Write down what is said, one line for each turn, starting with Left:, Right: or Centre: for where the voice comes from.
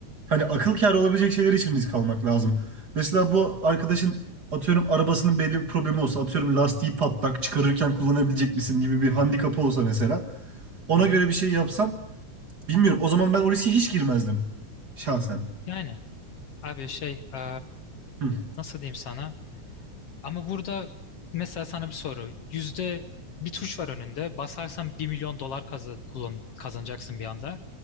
Right: Hani akıl kârı olabilecek şeyler için risk almak lazım. Mesela bu arkadaşın atıyorum arabasının belli bir problemi olsa atıyorum lastiği patlak çıkarırken kullanabilecek misin gibi bir handikapı olsa mesela ona
Left: hı hı.
Right: göre bir şey yapsan bilmiyorum o zaman ben o riske hiç girmezdim şahsen.
Left: Yani abi şey eee,
Right: Hı,
Left: nasıl diyeyim sana? Ama burada mesela sana bir soru. Yüzde bir tuş var önünde. Basarsan bir milyon dolar kazan kullan- kazanacaksın bir anda.